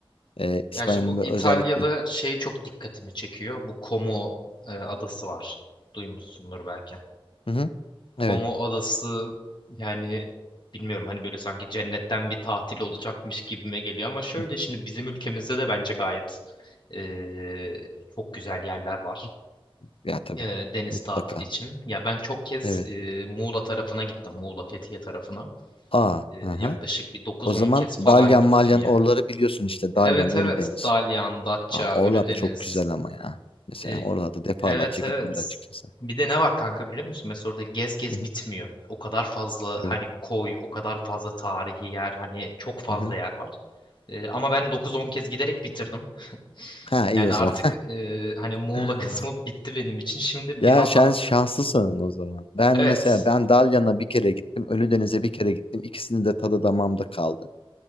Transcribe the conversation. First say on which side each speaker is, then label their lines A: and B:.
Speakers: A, on the left; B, on the left.
A: E, İspanya'nın
B: Ya işte bu
A: böyle
B: İtalya'da
A: özellikle.
B: şey çok dikkatimi çekiyor. Bu Como e, adası var. Duymuşsundur belki.
A: Hı hı.
B: Como
A: Evet.
B: adası yani bilmiyorum hani böyle sanki cennetten bir tatil olacakmış gibime geliyor ama şöyle
A: Hı hı.
B: şimdi bizim ülkemizde de bence gayet e, çok güzel yerler var.
A: Oh, Ya tabii.
B: e, deniz
A: Mutlaka.
B: tatili için. Ya ben çok kez
A: Evet.
B: e, Muğla tarafına gittim. Muğla Fethiye tarafına.
A: Aa,
B: E,
A: aha.
B: yaklaşık bir dokuz
A: O
B: on
A: zaman
B: kez falan
A: Dalyan
B: gittim
A: Malyan
B: yani.
A: orları biliyorsun işte
B: Evet
A: Dalyan Ölüdeniz.
B: evet. Dalyan, Datça,
A: Aa,
B: Ölüdeniz.
A: oralarda çok güzel ama ya. Mesela
B: E,
A: oralarda defalarca
B: Evet evet.
A: gidilir açıkçası.
B: Bir de ne var kanka biliyor musun? Mesela orada gez gez
A: Hı hı,
B: bitmiyor. O kadar fazla
A: Evet.
B: hani koy, o kadar fazla tarihi yer, hani çok fazla
A: Hı hı.
B: yer var. Ee, ama ben dokuz on kez giderek bitirdim.
A: Ha
B: Yani
A: iyi o
B: artık
A: zaman.
B: e, hani Muğla
A: <laughs>
B: kısmı bitti benim için. Şimdi
A: Ya
B: biraz
A: şans
B: daha
A: şanslısın o zaman. Ben
B: evet.
A: mesela ben Dalyan'a bir kere gittim. Ölüdeniz'e bir kere gittim. İkisinin de tadı damağımda kaldı.